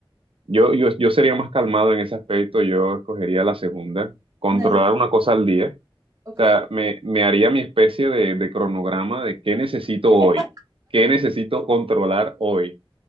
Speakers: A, on the right; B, on the right.
A: yo, yo, yo sería más calmado en ese aspecto, yo escogería la segunda, controlar
B: Una-
A: una cosa al día, o
B: Ok.
A: sea, me, me haría mi especie de, de cronograma de qué necesito
B: <laughs>
A: hoy, qué necesito controlar hoy,